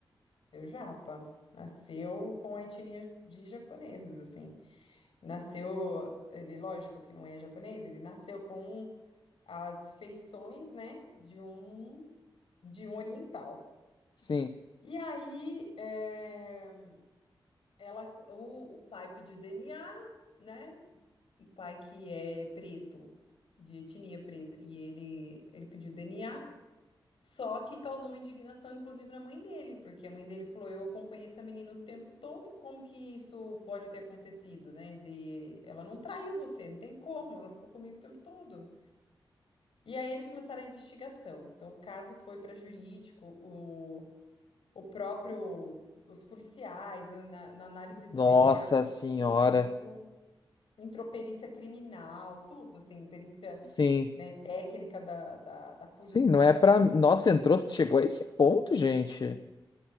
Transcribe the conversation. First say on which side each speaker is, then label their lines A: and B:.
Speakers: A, on the left; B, on the left.
A: deu japa. Nasceu com a etnia de japoneses, assim. Nasceu, ele, lógico que não é japonês, ele nasceu com as feições, né, de um de um oriental.
B: Sim.
A: E aí, é, ela, o, o pai pediu DNA, né? O pai que é preto, de etnia preta, e ele, ele pediu DNA. Só que causou uma indignação, inclusive, na mãe dele, porque a mãe dele falou: Eu acompanhei essa menina o tempo todo, como que isso pode ter acontecido, né? De... Ela não traiu você, não tem como, ela ficou comigo o tempo todo. E aí eles começaram a investigação. Então o caso foi para jurídico, o, o próprio, os policiais, na, na análise do
B: Nossa
A: DNA, ficou
B: senhora.
A: tudo muito. Entrou perícia criminal, tudo, assim, perícia,
B: Sim.
A: né, técnica da, da, da Polícia
B: Sim, não
A: Civil.
B: é pra. Nossa, entrou, chegou a esse ponto, gente.